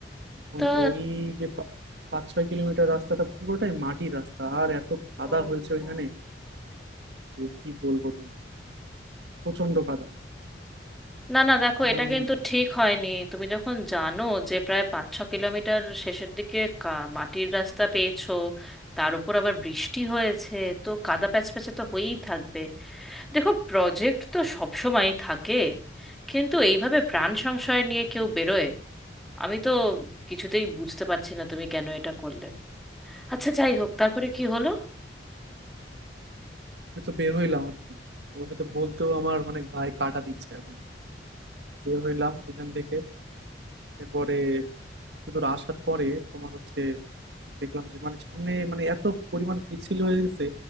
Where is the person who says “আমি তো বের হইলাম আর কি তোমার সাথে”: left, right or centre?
Right